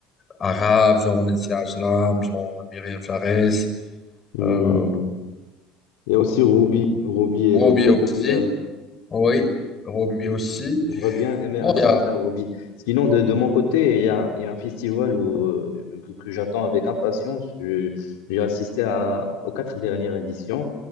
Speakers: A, on the left; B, on the left.
A: arabe, genre Nasser Ajram, genre Myriam Flores,
B: Hmm.
A: euh,
B: Il y a aussi Ruby. Ruby,
A: Roby
B: elle est très
A: aussi,
B: populaire.
A: oui, Roby aussi.
B: J'aurais bien aimé
A: Bon,
B: assister
A: il y a,
B: à Ruby. Sinon, de, de mon côté, il y a, il y a un festival où, euh, que, que j'attends avec impatience. Je- J'ai assisté à, aux quatre dernières éditions.